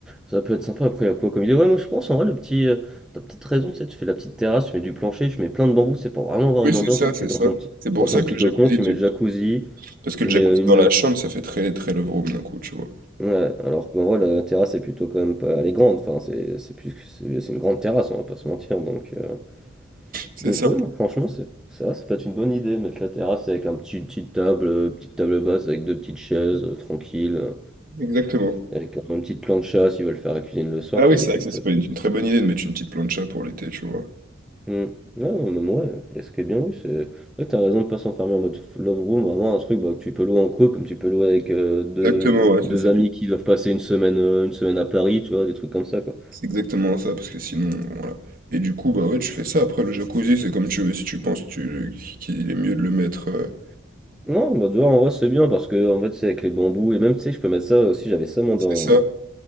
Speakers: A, in the centre; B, on the right.
A: Ça peut être sympa, après, il y a quoi comme idée? Ouais, moi je pense, en vrai, le petit. euh, t'as peut-être raison, tu sais, tu fais la petite terrasse, tu mets du plancher, tu mets plein de bambous, c'est pour vraiment avoir
B: Oui,
A: une
B: c'est
A: ambiance
B: ça,
A: où
B: c'est
A: t'es dans
B: ça.
A: ton petit,
B: C'est pour
A: dans ton
B: ça que
A: petit
B: le jacuzzi,
A: cocon, tu
B: tu...
A: mets le jacuzzi,
B: parce que
A: tu
B: le jacuzzi
A: mets euh, une
B: dans
A: de.
B: la chambre, ça fait très, très love room d'un coup, tu vois.
A: Ouais, alors qu'en vrai, la, la terrasse est plutôt quand même pas. Elle est grande, enfin, c'est c'est plus, c'est c'est une grande terrasse, on va pas se mentir, donc. euh,
B: C'est
A: Donc
B: ça,
A: ouais, non, franchement, c'est c'est vrai, ça peut être une bonne idée, mettre la terrasse avec un petit, une petite table, euh, petite table basse avec deux petites chaises, euh, tranquille, euh,
B: exactement.
A: avec un, petit plancha s'ils veulent faire la cuisine le soir,
B: Ah
A: tu
B: oui,
A: vois,
B: c'est
A: des
B: vrai
A: trucs
B: que ça,
A: ça.
B: c'est pas une, une très bonne idée de mettre une petite plancha pour l'été, tu vois.
A: Hmm. Non, non, même ouais, est-ce que bien oui, c'est... Ouais, t'as raison de pas s'enfermer en mode f- love room, vraiment un truc bah, que tu peux louer en couple, comme tu peux louer avec euh, deux,
B: Exactement, ouais, c'est
A: deux
B: ça.
A: amis qui doivent passer une semaine, euh, une semaine à Paris, tu vois, des trucs comme ça, quoi.
B: C'est exactement ça, parce que sinon, voilà. Et du coup, bah ouais, tu fais ça. Après, le jacuzzi, c'est comme tu veux. Si tu penses tu, qu'il est mieux de le mettre, euh,
A: Non, bah tu vois, en vrai, c'est bien, parce que, en fait, c'est avec les bambous, et même, tu sais, je peux mettre ça aussi, j'avais ça, moi,
B: c'est
A: dans...
B: ça.